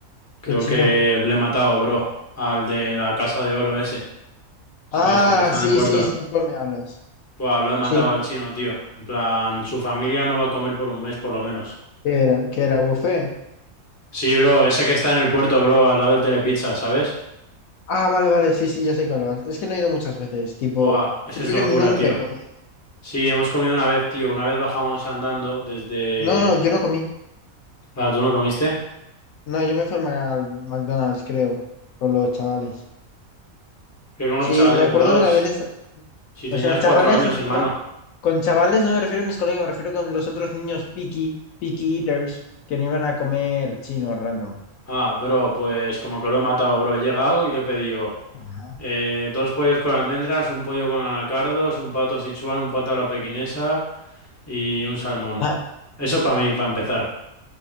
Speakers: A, on the left (about 15°); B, on the left (about 75°).
A: Creo
B: ¿Qué chino?
A: que le he matado, bro, al de la casa de oro ese, ¿sabes?
B: Ah,
A: El que está
B: sí,
A: en el puerto.
B: sí, sí, ¿cuál me hablas?
A: Fua, lo he matado
B: Sí, sí,
A: al chino,
B: sí.
A: tío. En plan, su familia no va a comer por un mes, por lo menos.
B: ¿Qué era? ¿Qué era? ¿Buffet?
A: Sí, bro, ese que está en el puerto, bro, al lado del Telepizza, ¿sabes?
B: Ah, vale, vale, sí, sí, ya sé cuál vas. Es que no he ido muchas veces, tipo,
A: Buah, Esa
B: creo
A: es locura,
B: que nunca
A: tío.
B: he comido.
A: Sí, hemos comido una vez, tío. Una vez bajamos andando desde...
B: No, no, yo no comí.
A: Ah, ¿tú no comiste?
B: No, yo me fui al Ma- al McDonald's, creo, con los chavales.
A: Que con
B: Sí,
A: los chavales,
B: me acuerdo
A: bros.
B: de las veces,
A: Si si tenías
B: o sea, chavales,
A: cuatro años,
B: no,
A: hermano.
B: con chavales no me refiero a mis colegas, me refiero con los otros niños picky, picky eaters, que no iban a comer chino random.
A: Ah, bro, pues como que lo he matado, bro. He llegado y le he pedido
B: Ajá.
A: eh, dos pollos con almendras, un pollo con anacardos, un pato sichuan, un pato a la pequinesa y un salmón.
B: Ah,
A: Eso para mí, para empezar.